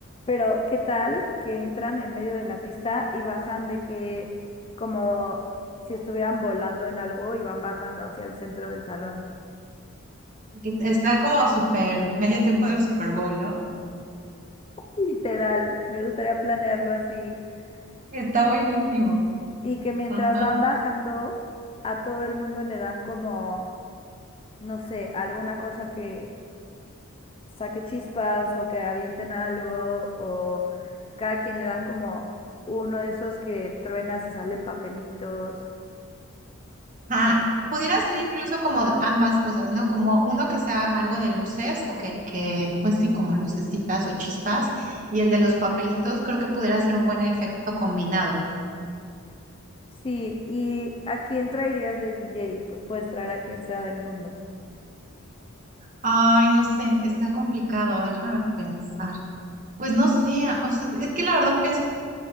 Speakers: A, on the left; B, on the right.
A: pero ¿qué tal que entran en medio de la pista y bajan de que como si estuvieran volando en algo y van bajando hacia el centro del salón?
B: es- Está como super medio tiempo del Super Bowl, ¿no?
A: Literal, me gustaría planearlo así
B: Está
A: y,
B: buenísimo.
A: y que mientras
B: Ajá.
A: van bajando a todo el mundo le dan como, no sé, alguna cosa que saque chispas o que avienten algo o cada quien le dan como uno de esos que truenas y salen papelitos.
B: Ah, pudiera ser incluso como de ambas cosas, ¿no? Como uno que sea algo de luces o que, que, pues sí, como lucecitas o chispas. Y el de los papelitos creo que pudiera ser un buen efecto combinado.
A: Sí, ¿y a quién traerías de DJ? Pues puedes traer a quien sea del mundo.
B: Ay, no sé, está complicado, déjame pensar. Pues no sé, o sea, es que la verdad pienso